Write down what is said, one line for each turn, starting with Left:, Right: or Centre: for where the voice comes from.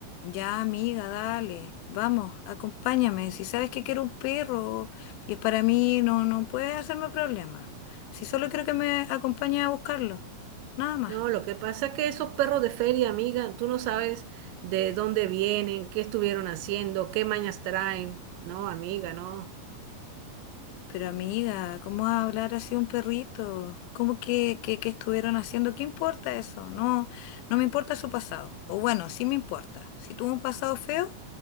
Left: Ya, amiga, dale, vamos, acompáñame. Si sabes que quiero un perro y es para mí, no, no puedes hacerme problemas. Si solo quiero que me acompañes a buscarlo, nada más.
Right: No, lo que pasa es que esos perros de feria, amiga, tú no sabes de dónde vienen, qué estuvieron haciendo, qué mañas traen. No, amiga, no.
Left: Pero amiga, ¿cómo vas a hablar así de un perrito? ¿Cómo que, que, que estuvieron haciendo? ¿Qué importa eso? No, no me importa su pasado. O bueno, sí me importa. Si tuvo un pasado feo,